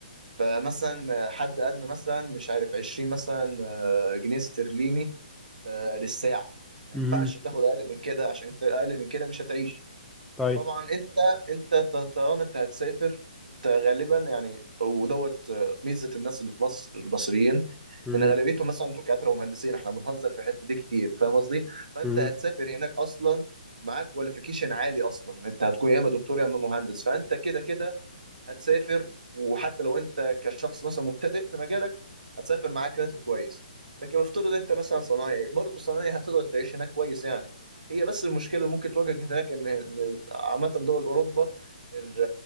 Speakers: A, on the right (about 65°); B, in the centre.
A: فمثلا حد ادنى مثلا مش عارف 20 مثلا آه، جنيه استرليني آه، للساعه ما
B: امم
A: ينفعش تاخد اقل من كده عشان انت اقل من كده مش هتعيش
B: طيب
A: طبعا انت انت ط- طالما انت هتسافر انت غالبا يعني ودوت آه، ميزه الناس اللي في مصر المصريين
B: امم
A: ان غالبيتهم مثلا دكاتره ومهندسين احنا بنهزر في الحته دي كتير فاهم قصدي فانت
B: امم
A: هتسافر هناك اصلا معاك كواليفيكيشن عالي اصلا انت هتكون يا اما دكتور يا اما مهندس فانت كده كده هتسافر وحتى لو انت كشخص مثلا مبتدئ في مجالك هتسافر معاك راتب كويس لكن افترض انت مثلا صنايعي برضه الصنايعي هتقدر تعيش هناك كويس يعني هي بس المشكله اللي ممكن تواجهك هناك ان إن عامه دول اوروبا ال-